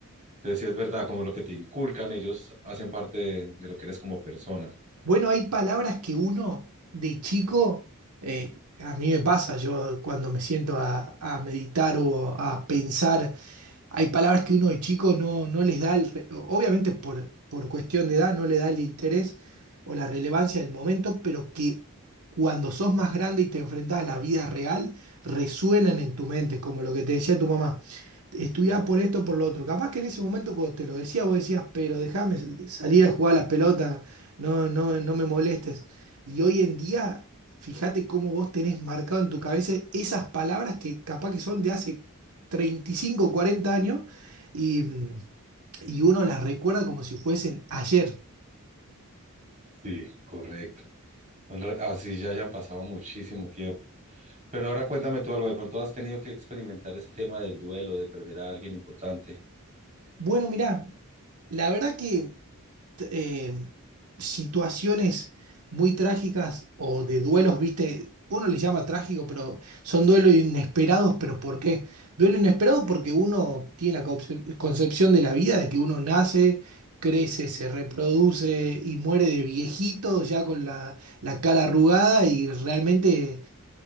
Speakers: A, on the right; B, on the right.
A: Entonces, sí es verdad, como lo que te inculcan, ellos hacen parte de, de lo que eres como persona.
B: Bueno, hay palabras que uno de chico, eh, a mí me pasa, yo cuando me siento a, a meditar o a pensar hay palabras que uno de chico no, no les da, el re- obviamente por, por cuestión de edad, no le da el interés o la relevancia del momento, pero que cuando sos más grande y te enfrentás a la vida real, resuenan en tu mente, como lo que te decía tu mamá. Estudiá por esto, por lo otro. Capaz que en ese momento cuando te lo decía, vos decías, pero déjame salir a jugar a la pelota, no, no, no me molestes. Y hoy en día, fíjate cómo vos tenés marcado en tu cabeza esas palabras que capaz que son de hace 35 40 años y, mm, y uno las recuerda como si fuesen ayer.
A: Sí, correcto. Bueno, Así ya hayan pasado muchísimo tiempo. Pero ahora cuéntame tú algo, de pronto has tenido que experimentar ese tema del duelo, de perder a alguien importante.
B: Bueno, mirá, la verdad que t- eh, situaciones muy trágicas o de duelos, viste, uno les llama trágico, pero son duelos inesperados, pero ¿por qué? Duelo inesperado porque uno tiene la concep- concepción de la vida, de que uno nace, crece, se reproduce y muere de viejito, ya con la, la cara arrugada y realmente